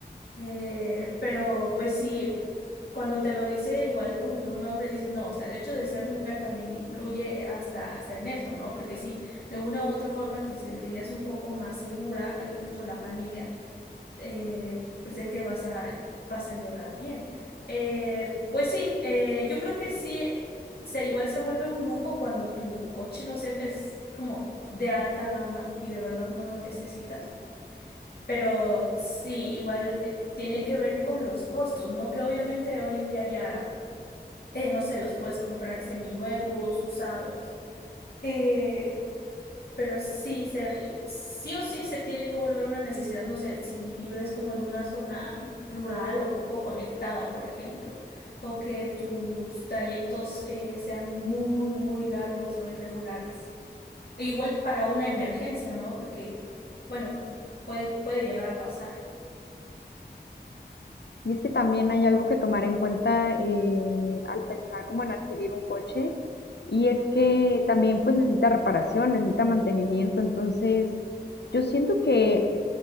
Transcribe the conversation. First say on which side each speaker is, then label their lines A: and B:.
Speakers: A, on the left; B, on the left.
A: Eh, pero pues sí, cuando te lo dice igual como que un hombre dices, no, o sea, el hecho de ser mujer también influye eh, hasta, hasta en eso, ¿no? Porque sí, de una u otra forma te sentirías un poco más segura, a incluso la familia, eh, pues de que vas a, vas a llegar bien. Eh, pues sí, eh, yo creo que sí, eh, se, igual se vuelve un lujo cuando tu coche, no sé, es como de alta gama y de verdad no lo necesitas pero sí, igual eh, tiene que ver con los costos, ¿no? Que obviamente hoy en día ya, eh, no sé, los puedes comprar seminuevos, usados. Eh, pero sí, se, sí o sí se tiene que volver una necesidad, no sé, si vives como en una zona rural o poco conectada, por ejemplo, o que tus trayectos eh, sean muy, muy largos o irregulares. Igual para una emergencia, ¿no? Porque, bueno, puede, puede llegar a pasar.
B: Y es que también hay algo que tomar en cuenta eh, al pensar como en adquirir un coche, y es que también pues necesita reparación, necesita mantenimiento, entonces yo siento que